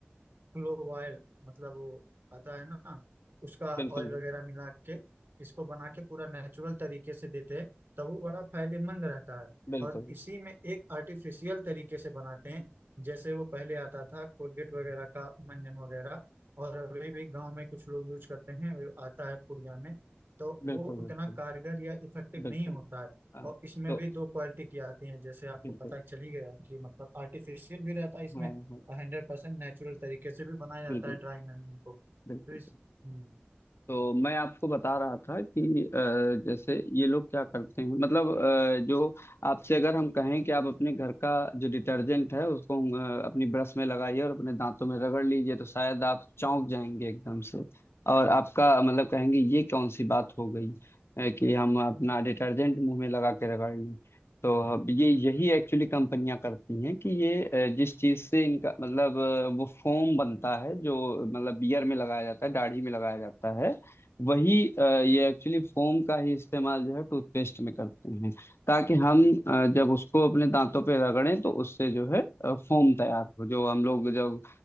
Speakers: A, on the right; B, on the left.
A: क्लोव ऑयल मतलब वो आता है ना उसका
B: बिल्कुल
A: ऑयल वगैरह मिला के इसको बना के पूरा नेचुरल तरीके से देते हैं तब वो बड़ा फायदेमंद रहता है
B: बिल्कुल
A: और
B: बिल्कुल
A: इसी में एक आर्टिफिशियल तरीके से बनाते हैं जैसे वो पहले आता था कोलगेट वगैरह का मंजन वगैरह और अभी भी गांव में कुछ लोग यूज करते हैं वो आता है पुड़िया में तो वो
B: बिल्कुल
A: उतना
B: बिल्कुल
A: कारगर या इफेक्टिव
B: बिल्कुल
A: नहीं होता है
B: हाँ
A: और इसमें
B: तो
A: भी दो क्वालिटी की आती है जैसे आपको
B: बिल्कुल
A: पता चल ही गया कि मतलब आर्टिफिशियल भी रहता है इसमें
B: हाँ हाँ
A: और हंड्रेड परसेंट नेचुरल तरीके से भी बनाया जाता
B: बिल्कुल
A: है ड्राई मेमोरी को
B: बिल्कुल
A: तो इस हम्म,
B: तो मैं आपको बता रहा था कि अ, जैसे ये लोग क्या करते हैं मतलब अ, जो आपसे अगर हम कहें कि आप अपने घर का जो डिटर्जेंट है उसको अ, अपनी ब्रश में लगाइए और अपने दांतों में रगड़ लीजिए तो शायद आप चौंक जाएंगे एकदम से और आपका मतलब कहेंगे ये कौन सी बात हो गई अ, कि हम अपना डिटर्जेंट मुंह में लगा के रगड़ लें तो अब ये यही एक्चुअली कंपनियां करती हैं कि ये अ, जिस चीज से इनका मतलब अ, वो फोम बनता है जो मतलब बियर में लगाया जाता है दाढ़ी में लगाया जाता है वही अ, ये एक्चुअली फोम का ही इस्तेमाल जो है टूथपेस्ट में करते हैं ताकि हम अ, जब उसको अपने दांतों पे रगड़ें तो उससे जो है अ, फोम तैयार हो जो हम लोग जब